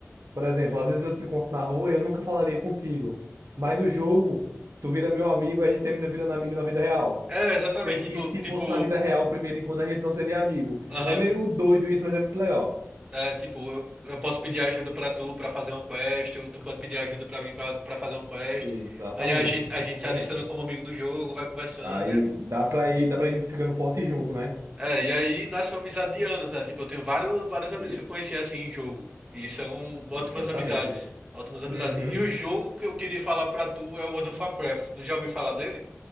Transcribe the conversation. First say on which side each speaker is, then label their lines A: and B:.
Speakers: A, on the right (about 70°); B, on the right (about 20°).
A: Por exemplo, às vezes eu te encontro na rua e eu nunca falaria contigo. Mas no jogo, tu vira meu amigo, a gente termina virando amigo na vida real.
B: É, exatamente.
A: Tem que,
B: Tipo,
A: se
B: tipo,
A: fosse na vida real, o primeiro encontro a gente não seria amigo.
B: aham,
A: É meio doido isso, mas é muito legal.
B: é, tipo, eu, eu posso pedir ajuda pra tu pra fazer uma quest, ou tu pode pedir ajuda pra mim pra, pra fazer uma quest.
A: Exatamente,
B: Aí a gente, a
A: exatamente.
B: gente se adiciona como amigo no jogo, vai conversando.
A: Aí dá pra ir, dá pra ir ficando forte junto, né?
B: É, e aí nasceu amizade de anos, né? Tipo, eu tenho vários, vários amigos
A: E-
B: que eu conheci assim em jogo. E são ótimas
A: Exatamente.
B: amizades. Ótimas amizades.
A: Uhum.
B: E o jogo que eu queria falar pra tu é o World of Warcraft. Tu já ouviu falar dele?